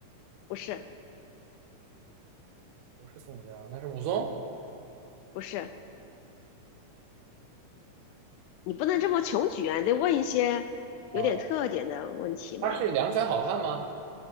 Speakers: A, on the left; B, on the right.
A: 不是
B: 不是宋江，那是武松。
A: 不是，你不能这么穷举啊，你得问一些有点特点的问题嘛。
B: 啊，他是梁山好汉吗？